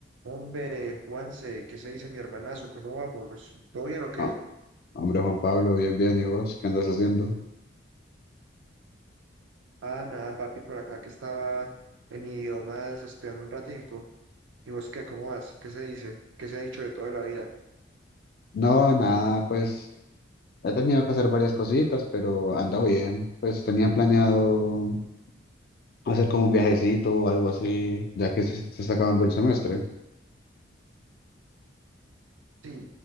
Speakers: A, on the right; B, on the left.
A: Hombre, Juanse, ¿qué se dice mi hermanazo? ¿Cómo vamos? ¿Todo bien o qué?
B: Ah, hombre, Juan Pablo, bien, bien. ¿Y vos qué andas haciendo?
A: Ah, nada, papi, por acá que estaba en idiomas estudiando un ratico. ¿Y vos qué? ¿Cómo vas? ¿Qué se dice? ¿Qué se ha dicho de toda la vida?
B: No, nada, pues he tenido que hacer varias cositas, pero ando bien. Pues tenía planeado hacer como un viajecito o algo así, ya que se, se está acabando el semestre.
A: Sí,